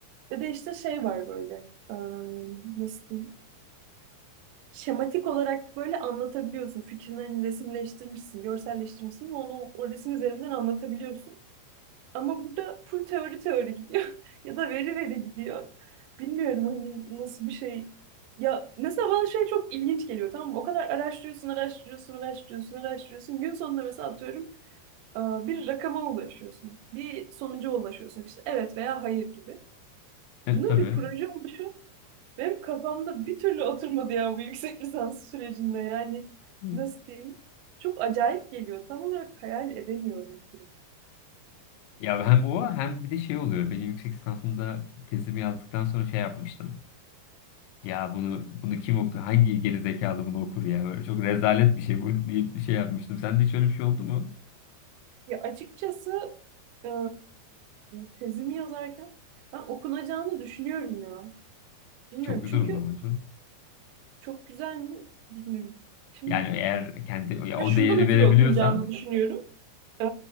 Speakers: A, on the right; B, on the left.
A: Ve de işte şey var böyle. ıı, nasıl diyeyim? Şematik olarak böyle anlatabiliyorsun. Fikrini hani resimleştirmişsin, görselleştirmişsin ve onu o resim üzerinden anlatabiliyorsun. Ama burada full teori teori gidiyor <laughs> ya da veri veri gidiyor. Bilmiyorum hani nasıl bir şey. Ya mesela bana şey çok ilginç geliyor tamam mı? O kadar araştırıyorsun, araştırıyorsun, araştırıyorsun, araştırıyorsun. Gün sonunda mesela atıyorum e, bir rakama ulaşıyorsun. Bir sonuca ulaşıyorsun işte evet veya hayır gibi.
B: Evet
A: Bunun
B: tabii.
A: bir proje oluşu benim kafamda bir türlü oturmadı ya bu yüksek lisans sürecinde yani
B: Hı.
A: nasıl diyeyim? Çok acayip geliyor. Tam olarak hayal edemiyorum.
B: Ya hem o hem bir de şey oluyor. Benim yüksek lisansımda tezimi yazdıktan sonra şey yapmıştım. Ya bunu bunu kim okuyor? Hangi geri zekalı bunu okur ya? Böyle çok rezalet bir şey bu <laughs> deyip bir şey yapmıştım. Sende hiç öyle bir şey oldu mu?
A: Ya açıkçası Ee, tezimi yazarken ben okunacağını düşünüyorum ya. Bilmiyorum
B: Çok güzel
A: çünkü
B: o zaman
A: çok güzel mi bilmiyorum. Şimdi
B: Yani eğer kendi ya
A: ya
B: o
A: şundan
B: değeri verebiliyorsan
A: ötürü okunacağını düşünüyorum. Ee,